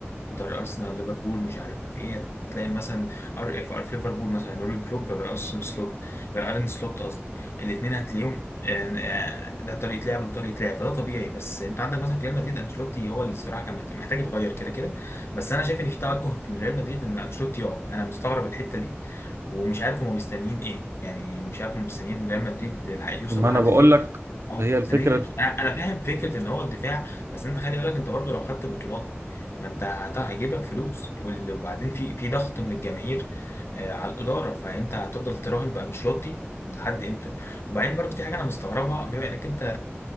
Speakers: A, on the left; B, on the right.
A: انتر ارسنال ليفربول مش عارف ايه تلاقي مثلا ار في ار في ليفربول مثلا يورجن كلوب غير ارسن سلوت غير ارن سلوت قصدي الاثنين هتلاقيهم آه، ده طريقه لعب وده طريقه لعب فده طبيعي بس انت عندك مثلا في ريال مدريد انشيلوتي هو اللي الصراحه كان محت- محتاج يتغير كده كده بس انا شايف ان في توجه في ريال مدريد ان انشيلوتي يقعد انا مستغرب الحته دي ومش عارف هم مستنيين ايه يعني مش عارف هم مستنيين ان ريال مستنيين ريال مدريد الحق يوصل
B: ما
A: لحد
B: انا بقول
A: فين
B: لك
A: أو
B: هي الفكره
A: مستنيين أنش- انا أنا فاهم فكره ان هو الدفاع بس انت خلي بالك انت برضه لو خدت بطولات ما انت هت- هيجيب لك فلوس وال- وبعدين في في ضغط من الجماهير آه، على الاداره فانت هتفضل تراهن بانشيلوتي لحد امتى وبعدين برضه في حاجه انا مستغربها بما انك انت